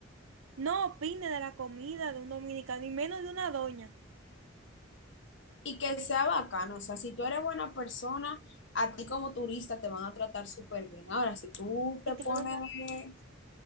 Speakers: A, on the right (about 85°); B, on the left (about 60°).
A: no opine de la comida de un dominicano y menos de una doña.
B: Y que sea bacano. O sea, si tú eres buena persona, a ti como turista te van a tratar súper bien. Ahora, si tú te
A: Y que
B: pones
A: no venga,
B: de